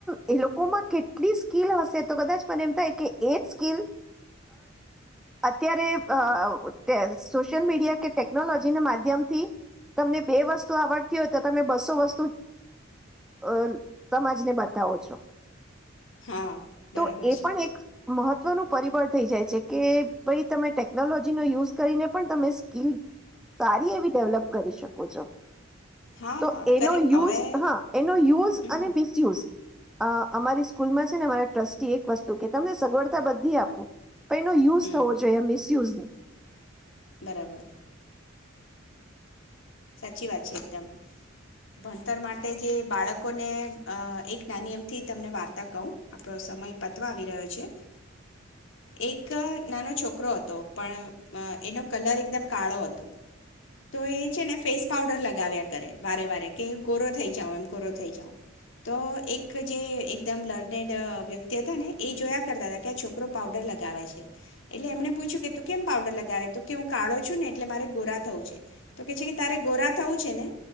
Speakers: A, in the centre; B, on the left.
A: એ લોકોમાં કેટલી સ્કીિલ હશે તો કદાચ પણને એમ થાય કે, એ જ સ્કીિલ અત્યારે અ અ સોશિયલ મીડિયા કે ટેકનોલોજી ના માધ્યમ થી, તમને બે વસ્તુ આવડતી હોય તો તમે બસો વસ્તુ અ સમાજને બતા તાવો છો.
B: હા બરાબર
A: તો એ
B: છે.
A: પણ એક મહત્વનું પરિબળ થઈ જાય છે, કે ભાઈ તમે ટેકનોલોજીનો યુઝ કરીને પણ તમે સ્કીલ સારી એવી ડેવલપ કરી શકો છો.
B: હા
A: તો
B: હા
A: એનો
B: કરેક્ટ
A: યુઝ
B: હવે
A: હા એનો યુઝ
B: હમ
A: અને બિસયુઝ અ અમારી સ્કૂલમાં છે ને અમાંરા ટ્રસ્ટી એક વસ્તુ કે તમને સગવડતા બધી આપું તો એનો યુઝ
B: હમ
A: થવો જોઈએ મિસયુઝ નહીં.
B: બરાબર સાચી વાત છે, એકદમ ભણતર માટે જે બાળકોને એક નાની એમથી તમને વાર્તા કહો આપણો સમય પતવા આવી રહ્યો છે, એક નાનો છોકરો હતો પણ એનો કલર એકદમ કાળો હતો તો એ છે ને ફેસ પાવડર લગાવ્યા કરે વારે વારે કે ગોરો થઈ જાઉં એમ ગોરો થઈ જાઉં, તો એક જે એકદમ લર્નેડ વ્યક્તિ હતા ને એ જોયા કરતા હતા કે આ છોકરો પાવડર લગાવે છે, એટલે એમણે પૂછ્યું કે તું કેમ પાવડર લગાવે તો કે હું કાળો છું ને એટલે મારે ગોરા થવું છે તો કે છે તારે ગોરા થવું છે ને